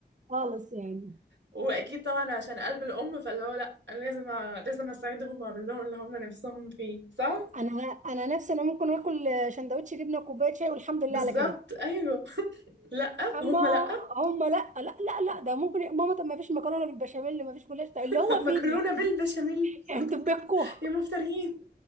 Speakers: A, on the right (about 45°); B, on the right (about 90°).
A: خالص يعني
B: واكيد طبعا عشان قلب الام فاللي هو لا انا لازم أ... لازم اساعدهم واعمل لهم اللي هم نفسهم فيه صح
A: انا انا نفسي انا ممكن اكل شندوتش جبنه وكوبايه شاي والحمد لله
B: بالظبط
A: على كده
B: ايوه <laughs> لا
A: اما
B: هم لا
A: هم لا لا لا لا ده ممكن يا ماما طب ما فيش مكرونه بالبشاميل ما فيش جلاش طب
B: <laughs>
A: اللي هو
B: مكرونه
A: فين يعني
B: بالبشاميل
A: <laughs> يعني انتوا بكوا
B: يا مفترين